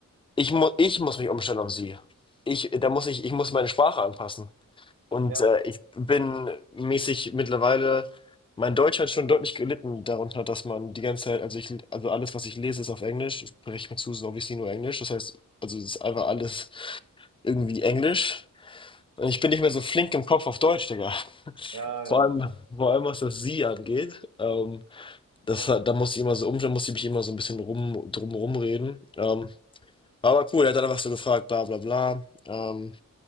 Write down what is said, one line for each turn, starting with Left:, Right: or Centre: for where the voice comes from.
Left: ich, mu ich muss mich umstellen auf sie. Ich, da muss ich, ich muss meine Sprache anpassen. Und
Right: ja,
Left: äh, ich bin mäßig mittlerweile, mein Deutsch hat schon deutlich gelitten darunter, dass man die ganze Zeit, also ich, also alles, was ich lese, ist auf Englisch, ich spreche mir zu, so wie ich sie nur Englisch, das heißt, also es ist einfach alles irgendwie Englisch. Und ich bin nicht mehr so flink im Kopf auf Deutsch, Digga.
Right: ja, ja,
Left: Vor allem,
Right: ja.
Left: vor allem was das Sie angeht, ähm, das,
Right: Man
Left: hat-
Right: kennt.
Left: da muss ich immer so um, da muss ich mich immer so ein bisschen rum, drum rumreden. Ähm, aber cool, er hat dann einfach so gefragt, bla bla bla, ähm,